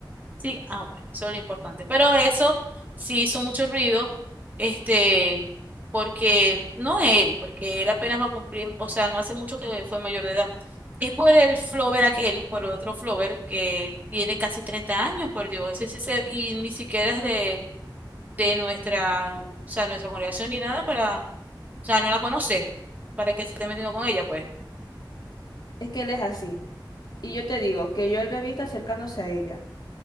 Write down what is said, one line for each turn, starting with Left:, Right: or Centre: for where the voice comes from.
Right: Sí, ah, bueno, eso es lo importante. Pero eso sí hizo mucho ruido, este, porque no él, porque él apenas va a cumplir, o sea, no hace mucho que fue mayor de edad. Es por el flover aquel, por otro flover que tiene casi 30 años, por Dios, ese, sí se- y ni siquiera es de, de nuestra, o sea, nuestra congregación ni nada para, o sea, no la conoce, para que se esté metiendo con ella, pues.
Left: Es que él es así. Y yo te digo que yo lo he visto acercándose a ella.